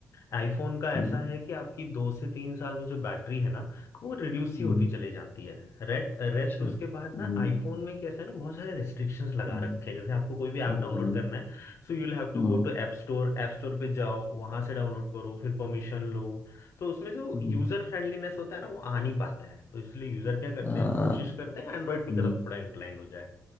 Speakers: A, on the left (about 65°); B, on the left (about 40°).
A: IPhone का
B: हम्म,
A: ऐसा है कि आपकी दो से तीन साल में जो बैटरी है ना वो रिड्यूस ही
B: हम्म,
A: होती चली जाती है Rate rest
B: अच्छा,
A: उसके
B: हम्म,
A: बाद ना आईफोन में कैसा है ना बहुत सारे रेस्ट्रिक्शंस लगा
B: हम्म,
A: रखे हैं जैसे आपको कोई भी ऐप
B: हम्म,
A: डाउनलोड करना है so you will have to
B: हम्म,
A: go to app store App store पे जाओ वहां से डाउनलोड करो फिर परमिशन लो तो उसमें जो
B: हम्म,
A: यूजर फ्रेंडलीनेस होता है ना वो आ नहीं पाता है तो इसलिए यूजर क्या करते
B: आ,
A: हैं ना कोशिश करते हैं एंड्रॉइड की
B: हम्म,
A: तरफ थोड़ा इंक्लाइन हो जाए